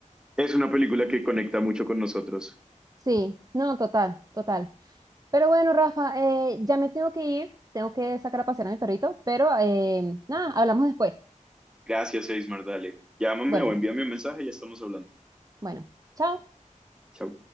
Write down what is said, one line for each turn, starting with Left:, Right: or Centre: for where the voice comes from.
Centre: Es una película que conecta mucho con nosotros.
Right: Sí, no, total, total. Pero bueno, Rafa, eh, ya me tengo que ir, tengo que sacar a pasear a mi perrito, pero eh, nada, hablamos después.
Centre: Gracias, Eismar, dale. Llámame
Right: Bueno,
Centre: o envíame un mensaje y ya estamos hablando.
Right: bueno, chao.
Centre: Chao.